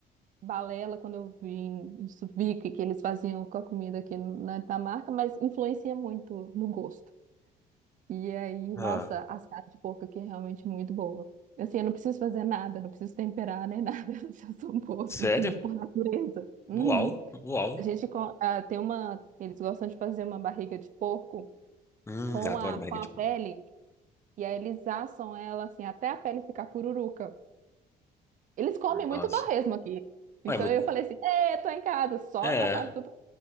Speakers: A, on the right; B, on the left.
A: balela quando eu vim, isso vi que, que eles faziam com a comida aqui na Dinamarca, mas influencia muito no gosto. E aí, nossa,
B: Ah,
A: as carnes de porco aqui é realmente muito boa. Assim, eu não preciso fazer nada, não preciso temperar nem nada, <laughs> elas já são boas
B: sério?
A: de, por natureza. Uhum.
B: Uau, uau.
A: A gente co- ah, tem uma. Eles gostam de fazer uma barriga de porco
B: Hum,
A: com
B: adoro
A: a,
B: barriga
A: com a
B: de
A: pele.
B: porco.
A: E aí eles assam ela assim até a pele ficar pururuca. Eles comem muito
B: Nossa.
A: torresmo aqui. Isso
B: Ué, muito,
A: eu falei assim, é, tô em casa, só
B: é,
A: na parte do.